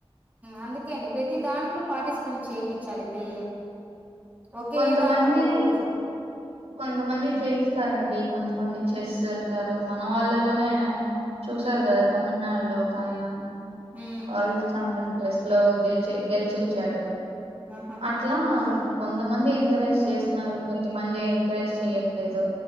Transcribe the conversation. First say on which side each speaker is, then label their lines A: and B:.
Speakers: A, on the right; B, on the right.
A: అందుకే అండి ప్రతి దాంట్లో పార్టిసిపెంట్ చేయి పించాలి పిల్లల్ని ఒకే
B: కొంతమంది
A: దాంట్లో పోకూడదు
B: కొంతమంది
A: ఉమ్
B: చేయిస్తారండి కొంతమంది చెస్ అంటారు మన వాళ్ళలోనే చూసారు
A: ఉమ్
B: కదా తమిళనాడులో ఒక ఆయన
A: ఉమ్
B: వరల్డ్ చాంపియన్ ప్లస్ లో గెలిచి గెలిచొచ్చాడు
A: ఆహా
B: అట్లా
A: చూడండి.
B: కొంతమంది ఎంకరేజ్ చేస్తున్నారు కొ మంది ఎంకరేజ్ చెయ్యట్లేదు